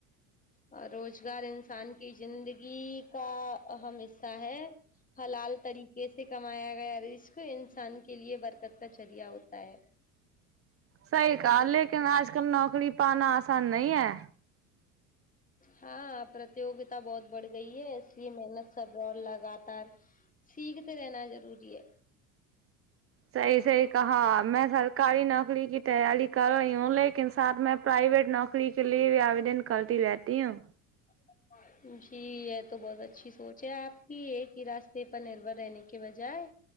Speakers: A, on the left (about 20°); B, on the right (about 35°).
A: اور روزگار انسان کی زندگی کا اہم حصہ ہے حلال طریقے سے کمایا گیا رزق انسان کے لیے برکت کا ذریعہ ہوتا ہے
B: صحیح کہا لیکن آج کل نوکری پانا آسان نہیں ہے
A: ہاں پرتیوگتا بہت بڑھ گئی ہے اس لیے محنت صبر اور لگاتار سیکھتے رہنا ضروری ہے
B: صحیح صحیح کہا میں سر کاری نوکری کی تیاری کر رہی ہوں لیکن ساتھ میں پرائیویٹ نوکری کے لیے بھی آودن کرتی رہتی ہوں
A: <inaudible> جی یہ تو بہت اچھی سوچ ہے آپ کی ایک ہی راستے پر نربر رہنے کے بجائے